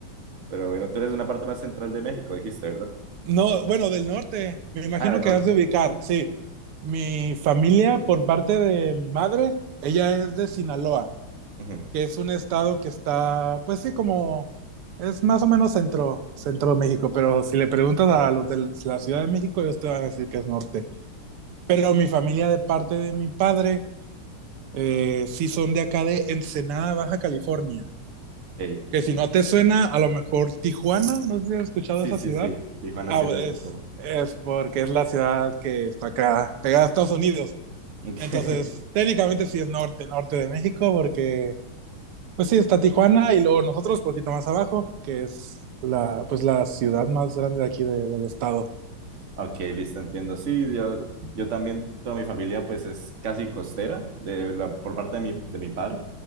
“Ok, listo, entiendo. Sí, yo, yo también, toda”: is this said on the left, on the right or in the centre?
Right